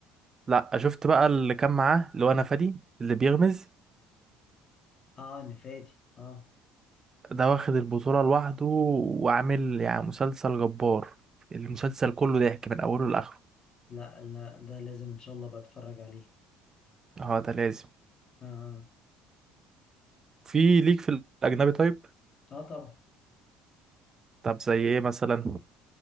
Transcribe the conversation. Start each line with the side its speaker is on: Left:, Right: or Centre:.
Right: لا شفت بقى اللي كان معاه اللي هو انا فادي اللي بيغمز
Left: اه نفادي اه
Right: ده واخد البطولة لوحده وعامل يعني مسلسل جبار المسلسل كله ضحك من اوله لاخره
Left: لا لا ده لازم ان شاء الله بتفرج عليه
Right: اه ده لازم
Left: اه
Right: في ليك في الاجنبي طيب
Left: اه آه، طبعا
Right: طب زي ايه مثلا